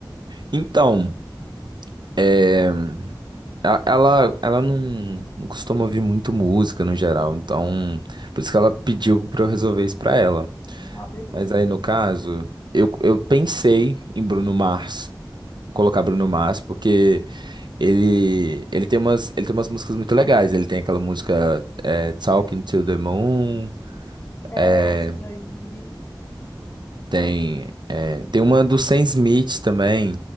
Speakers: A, on the right; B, on the left.
A: Então, é, a- ela ela não, não costuma ouvir muito música no geral, então por isso que ela pediu pra eu resolver isso pra ela.
B: Ah, beleza.
A: Mas aí no caso, eu, eu pensei em Bruno Mars. Vou colocar Bruno Mars, porque ele, ele tem umas, ele tem umas músicas muito legais. Ele tem aquela música é, Talking to the Moon,
B: É,
A: é,
B: essa daí.
A: tem, é, tem uma do Sam Smith também.